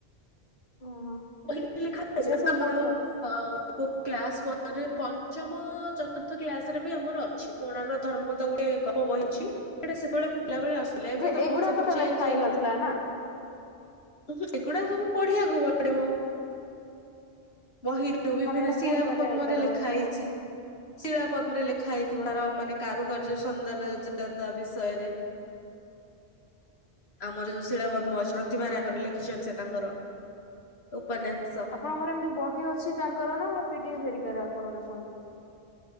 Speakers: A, on the left; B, on the left.
A: ହଁ।
B: ବହିରେ ଲେଖା ଅଛି
A: ଯେ
B: ନା
A: ସବୁ
B: ଆମର
A: କୋଉଠି ଲେଖା
B: ଆଉ କୋଉ କ୍ଲାସ୍ <inaudible> ରେ ପଞ୍ଚମ ଚତୁର୍ଥ କ୍ଲାସ୍ ରେ ବି ଆମର ଅ ଛି କୋଣାର୍କ ଧର୍ମପଦ ଗୁଡେ ଗପ ବହି ଅଛି। ସେଟା ସେତେବେଳେ ମୁଁ ପିଲାବେଳେ ଆସୁ ହେଲେ ଏବେ
A: ଯେ
B: ତ
A: ଏଇଗୁଡାକ
B: ବହି ସବୁ ଚେଞ୍ଜ
A: ଲେଖା ହେଇ
B: ହେଇଗଲାଣି।
A: ନଥିଲା ନା
B: ଉଁହୁଁ, ଏଗୁଡା ସବୁ ପଢିବାକୁ ପଡିବ ବହିରୁ। ଯୋଉ ବିଭିନ୍ନ
A: ହଁ ନା ଏଇଟା
B: ଶିଳା
A: କୋଉଠି ମାନେ
B: ପଦ୍ମରେ
A: ତାର
B: ଲେଖା
A: ମାନେ
B: ହେଇଛି।
A: କୋ
B: ଶିଳା ପଦ୍ମରେ ଲେଖା ହେଇଥିବାର ମାନେ କାରୁକାର୍ଯ୍ୟ ସୌନ୍ଦର୍ଯ୍ୟତା ବିଷୟରେ। ଆମର ଯୋଉ ଶିଳା ପଦ୍ମ ପ୍ରତିଭା ରାଙ୍ଗରେ ଲେଖିଛନ୍ତି ସେ ତାଙ୍କର। ଉପନ୍ୟାସ।
A: ଆପଣଙ୍କର ଏମିତି ବହି ଅଛି ତାଙ୍କର ନା ପିଡିଏଫ୍ ହେରିକାରେ ଆପଣ ଦେଖନ୍ତି?